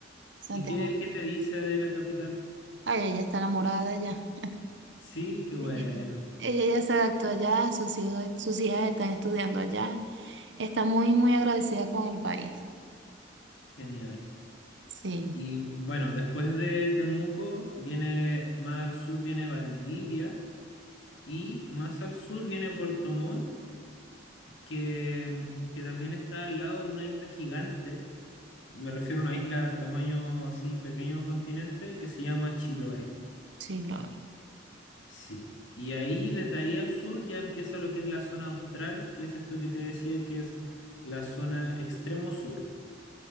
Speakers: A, on the right; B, on the left.
A: Santiago.
B: ¿y qué, qué te dice de la capital?
A: Ay, ella está enamorada ya.
B: Sí, qué bueno,
A: Ella ella ya se adaptó allá, sus hijos, sus hijas están estudiando allá. Está muy, muy agradecida con el país.
B: genial.
A: Sí,
B: Y bueno, después de Temuco viene, más al sur viene Valdivia y más al sur viene Puerto Montt, que, que también está al lado de una isla gigante Me refiero a una isla tamaño así pequeño continente que se llama Chiloé.
A: sí, Laura.
B: Sí. Y ahí, desde ahí al sur, ya empieza lo que es la zona austral, que es esto que te decía que es la zona extremo sur.